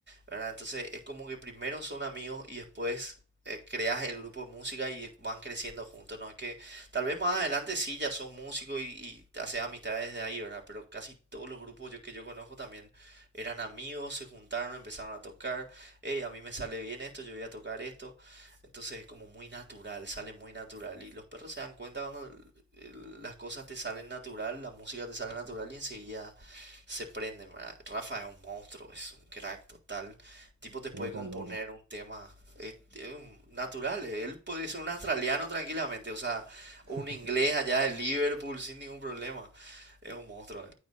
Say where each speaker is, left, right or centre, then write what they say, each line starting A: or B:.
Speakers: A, on the right (about 35°); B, on the right (about 60°).
A: ¿verdad? Entonces es como que primero son amigos y después eh, creas el grupo de música y van creciendo juntos, ¿no? Es que tal vez más adelante sí ya sos músico y, y haces amistades de ahí, ¿verdad? Pero casi todos los grupos yo, que yo conozco también eran amigos, se juntaron, empezaron a tocar, hey, a mí me sale bien esto, yo voy a tocar esto. Entonces es como muy natural, sale muy natural. Y los perros se dan cuenta cuando eh, las cosas te salen natural, la música te sale natural y enseguida se prenden, ¿verdad? Rafa es un monstruo, es un crack total. Tipo te
B: sí,
A: puede
B: está
A: componer
B: loco.
A: un tema eh, es un- natural, eh, él puede ser un australiano tranquilamente, o sea,
B: <laughs>
A: un inglés allá de Liverpool sin ningún problema. Es un monstruo. eh.